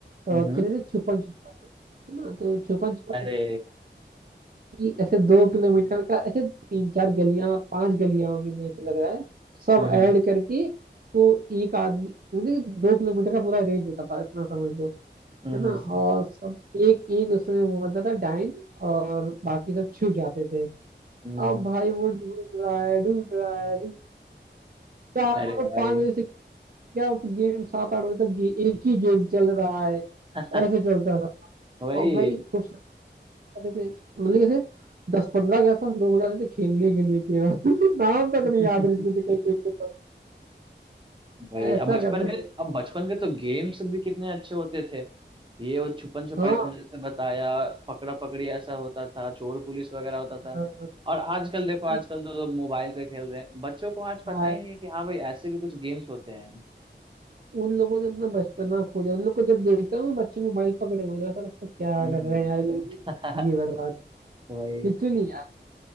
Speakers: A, on the right; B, on the right.
A: हम्म
B: और खेलते
A: <laughs> हम्म।
B: थे छुपन छुपाई है ना तो छुपन छुपाई
A: अरे
B: कि ऐसे दो किलोमीटर का ऐसे तीन चार गलियां पांच गलियां होंगी मेरे को लग रहा है सब
A: हम्म
B: ऐड
A: हम्म
B: करके को एक आदमी मतलब कि दो किलोमीटर का पूरा रेंज होता था इतना समझ लो
A: हम्म
B: है ना और सब एक एक उसमें वो बनता था डाइन और बाकी सब छुप जाते थे
A: हम्म
B: अब
A: हम्म।
B: भाई वो ढूंढ रहा है ढूंढ रहा है ढूंढ- चार
A: अरे
B: मतलब
A: भाई
B: पांच बजे से क्या गेम सात आठ बजे तक गे, एक ही गेम चल रहा है
A: <laughs>
B: ऐसे चलता रहा
A: वही
B: और भाई खूब जाते थे मतलब कैसे दस पंद्रह के आसपास लोग हो जाते थे खेलने के लिए केवल <laughs> नाम तक
A: <laughs>
B: नहीं याद रहते थे कई कई के तो
A: भाई
B: ऐसा
A: अब बचपन
B: करते
A: के
B: थे
A: अब बचपन के तो गेम्स भी कितने अच्छे होते थे ये वो छुपन छुपाई
B: हाँ
A: तुमने जैसे बताया पकड़ा पकड़ी ऐसा होता था चोर पुलिस वगैरह होता था
B: हाँ,
A: और आजकल देखो आजकल
B: एक
A: तो लोग मोबाइल पे खेल रहे हैं बच्चों को आज पता
B: बार
A: ही नहीं है कि हाँ भाई ऐसे भी कुछ गेम्स होते हैं
B: उन लोगों ने अपना बचपना खो दिया उन लोग को जब देखता हूँ बच्चे मोबाइल पकड़े हुए तो ऐसा लगता है क्या
A: हम्म
B: कर रहे हैं यार ये लोग जिंदगी
A: <laughs>
B: बर्बाद
A: वही
B: लिटरली अ,